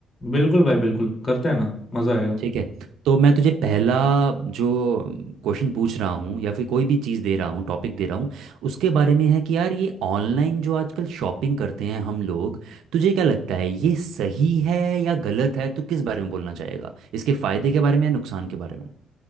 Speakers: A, on the left (about 35°); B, on the right (about 85°).
A: बिल्कुल भाई बिल्कुल करते हैं ना मजा आएगा
B: ठीक है तो मैं तुझे पहला जो क्वेश्चन पूछ रहा हूँ या फिर कोई भी चीज़ दे रहा हूँ टॉपिक दे रहा हूँ उसके बारे में है कि यार ये ऑनलाइन जो आजकल शॉपिंग करते हैं हम लोग तुझे क्या लगता है ये सही है या गलत है तू किस बारे में बोलना चाहेगा इसके फायदे के बारे में या नुकसान के बारे में